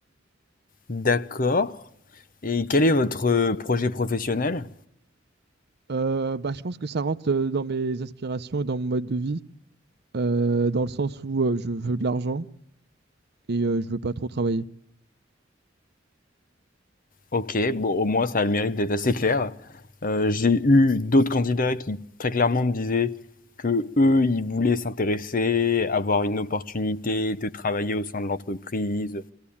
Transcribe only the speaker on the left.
D'accord. Et quel est votre projet professionnel?
Ok, bon, au moins ça a le mérite d'être assez clair. Euh, j'ai eu d'autres candidats qui très clairement me disaient que eux, ils voulaient s'intéresser, avoir une opportunité de travailler au sein de l'entreprise,